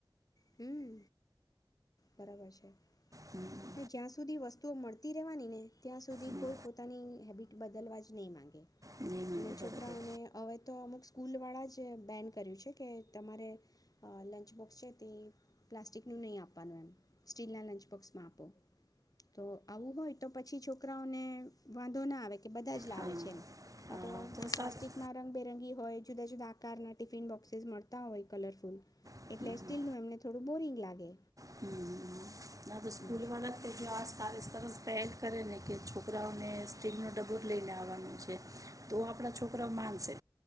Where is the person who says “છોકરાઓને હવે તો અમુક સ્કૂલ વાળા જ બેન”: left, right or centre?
Left